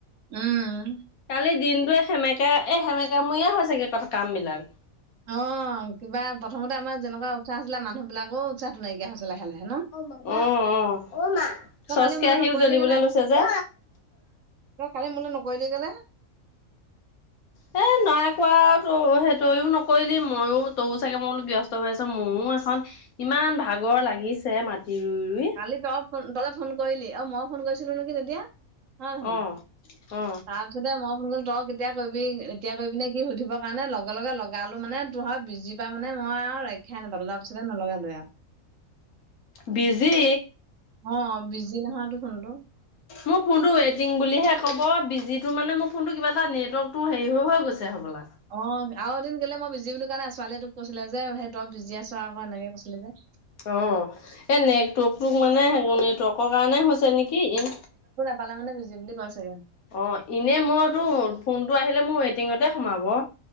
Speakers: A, on the right; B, on the left.
A: উম।
B: কালি দিনটোৱে সেমেকা এই সেমেকামূৰীয়া হৈছেগে কথা কামবিলাক।
A: অ কিবা প্ৰথমতে আমাৰ যেনেকুৱা উৎসাহ আছিলে মানুহ বিলাকৰো উৎসাহটো নাইকিয়া হৈছে লাহে লাহে ন?
B: উম উম
A: তই
B: চচ
A: কালি মোলৈ
B: কেৰাহিও
A: নকৰিলি
B: জ্বলিবলৈ লৈছে যে।
A: অ কালি মোলে নকৰিলি কেলে <inaudible>
B: এ নাই কোৱা ত' সেই তইও নকৰিলি, মইও তোৰ চাগে মই ব্যস্ত হৈ আছ মইও এখন ইমান ভাগৰ লাগিছে মাটি ৰুই ৰুই।
A: কালি তই ফোন তই যে ফোন কৰিলি, অ মই ফোন কৰিছিলো নেকি তেতিয়া। হয় নহয়
B: অ অ
A: বা মুঠতে মই ফোন কৰিলো তই কেতিয়া কৰিবি এতিয়া কৰিবিনে কি সুধিব কাৰণে লগে লগে লগালো মানে তোৰ ভাগ বিজি- কিবা মানে মই আৰু ৰক্ষাই নাপালো তাৰ পিছতে নলগালোয়ে আও।
B: বিজি।
A: অ বিজি নহয়তো ফোনটো।
B: মোৰ ফোনটো ৱেইটিং বুলিহে ক'ব বিজিটো মানে মোৰ ফোনটো কিবা এটা নেটৱৰ্কটো হেৰি হৈ হৈ গৈছে হ'বলা
A: অ আৰু এদিন কেলে মই বিজি বুলি কোৱা নাই ছোৱালীয়ে তোক কৈছিলে যে সেই তই বিজি‌ আছ আক এনেকে কৈছিল যে
B: অ এই নেটৱৰ্কটো মানে নেটৱৰ্কৰ কাৰণে হৈছে নেকি ই
A: পালে মানে বিজি বুলি কয় চাগে
B: অ এনে মইতো ফোনটো আহিলে মোৰ ৱেটিঙতে সোমাব